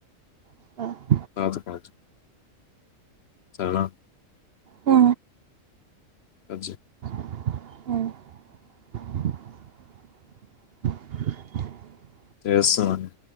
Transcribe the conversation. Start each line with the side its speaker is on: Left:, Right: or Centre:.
Right: మరి
Left: కాదు కాదు చాలా
Right: ఆ
Left: కట్ చెయ్
Right: అ
Left: చేస్తున్న